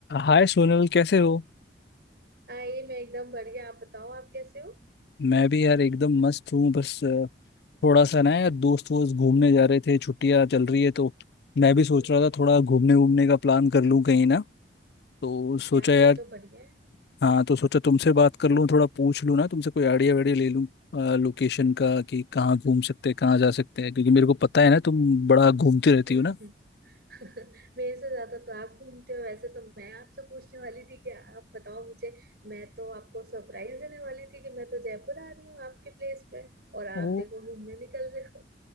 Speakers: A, on the left; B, on the right.
A: हाय सोनल कैसे हो
B: आई मैं एकदम बढ़िया आप बताओ आप कैसे हो
A: मैं भी यार एकदम मस्त हूँ बस अ, थोड़ा सा ना यार दोस्त वोस्त घूमने जा रहे थे छुट्टियाँ चल रही है तो मैं भी सोच
B: हम्म,
A: रहा था थोड़ा घूमने घूमने का प्लान कर लूँ कहीं ना तो सोचा
B: यार
A: यार
B: ये तो बढ़िया है
A: हाँ तो सोचा तुमसे बात कर लूँ थोड़ा पूछ लूँ ना तुमसे कोई आइडिया वाइडिया ले लूँ लोकेशन का कि कहाँ घूम सकते हैं कहाँ जा सकते हैं क्योंकि मेरे को पता है ना तुम बड़ा घूमती रहती
B: हम्म
A: हो ना
B: हम्म <laughs> मेरे से ज्यादा तो आप घूमते हो वैसे तो मैं आपसे पूछने वाली थी कि आप बताओ मुझे मैं तो आपको सरप्राइज देने वाली थी कि मैं तो जयपुर आ रही हूँ आपके प्लेस पे और
A: ओ
B: आप देखो घूमने निकल रहे हो